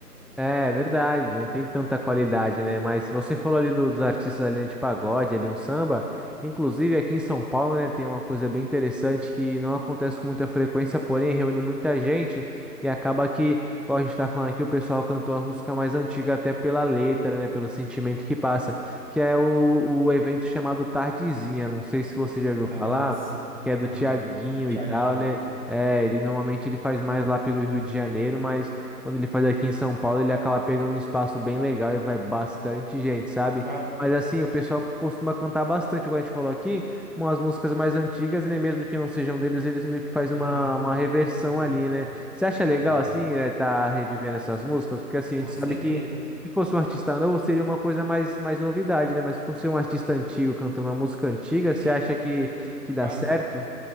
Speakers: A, in the centre; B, on the right (about 30°).
A: É verdade, não tem tanta qualidade, né? Mas você falou ali do- dos artistas da linha de pagode, ali um samba. Inclusive aqui em São Paulo, né, tem uma coisa bem interessante que não acontece com muita frequência, porém reúne muita gente e acaba que, igual a gente tá falando aqui, o pessoal cantou as músicas mais antigas até pela letra, né, pelo sentimento que passa, que é o, o evento chamado Tardezinha. Não sei se você já ouviu
B: Ah,
A: falar,
B: sim,
A: que é do
B: tá.
A: Tiaguinho
B: Thiaguinho.
A: e tal, né? É, ele normalmente ele faz mais lá pelo Rio de Janeiro, mas quando ele faz aqui em São Paulo, ele acaba pegando um espaço bem legal e vai bastante gente, sabe?
B: Cara,
A: Mas assim, o pessoal costuma cantar bastante, como a gente falou aqui, umas músicas mais antigas, né? Mesmo que não sejam deles, eles meio que fazem
B: sim,
A: uma, uma reversão
B: sim,
A: ali, né? Você acha legal,
B: é,
A: assim, né, tá revivendo essas músicas? Porque assim, a
B: com
A: gente sabe
B: certeza.
A: que se fosse um artista novo, seria uma coisa mais, mais novidade, né? Mas por ser um artista antigo cantando uma música antiga,
B: Sim,
A: você acha que, que dá
B: cara.
A: certo?